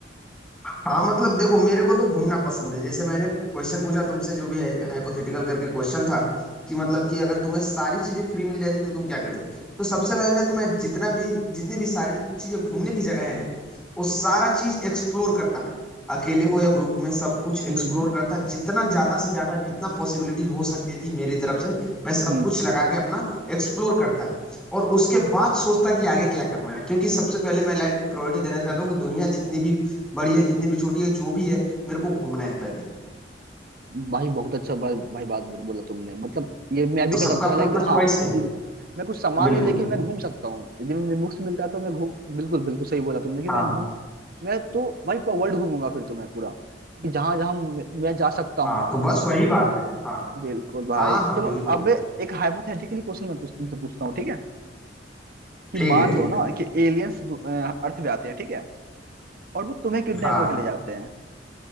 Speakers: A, in the centre; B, on the right.
A: हाँ मतलब देखो मेरे को तो घूमना पसंद है जैसे मैंने क्वेश्चन पूछा तुमसे जो भी हाइपोथेटिकल करके क्वेश्चन था कि मतलब कि अगर तुम्हें सारी चीजें फ्री मिल जाती तो तुम क्या करते तो सबसे पहले तो मैं जितना भी जितनी भी सारी चीजें घूमने की जगह हैं वो सारा चीज एक्सप्लोर करता मैं अकेले हो या ग्रुप में सब कुछ एक्सप्लोर
B: हम्म
A: करता जितना ज्यादा से ज्यादा जितना पॉसिबिलिटी हो सकती थी मेरी तरफ से मैं सब
B: हम्म
A: कुछ लगा के अपना एक्सप्लोर करता और उसके बाद सोचता कि आगे क्या करना है क्योंकि सबसे पहले मैं लाइफ की प्रायोरिटी देना चाहता हूँ कि दुनिया जितनी भी बड़ी है जितनी भी छोटी है जो भी है मेरे को घूमना है पहले
B: भाई बहुत अच्छा भाई, भाई बात बो- बोला तुमने मतलब ये मैं भी
A: तो सबका
B: कर सकता
A: अपना
B: हूँ लाइक
A: अपना
B: हाँ
A: चॉइस है
B: यदि मैं कुछ सामान
A: बिल्कुल
B: नहीं लेके मैं घूम सकता हूँ यदि मुझे मुफ्त मिलता है तो मैं घूम बिल्कुल बिल्कुल सही बोला तुमने कि
A: हाँ
B: मैं घूम मैं तो भाई पूरा वर्ल्ड घूमूंगा फिर तो मैं पूरा कि जहां जहां मैं मैं जा सकता हूँ
A: हाँ तो बस वही बात है हाँ
B: बिल्कुल भाई
A: हाँ हाँ
B: चलो
A: बिल्कुल
B: अब एक हाइपोथेटिकली क्वेश्चन मैं कुछ तुमसे पूछता हूँ ठीक है कि
A: ठीक
B: मान
A: है ठीक
B: लो ना
A: है
B: कि एलियंस अर्थ पे आते हैं ठीक है और वो तुम्हें किडनैप
A: हाँ
B: करके ले जाते हैं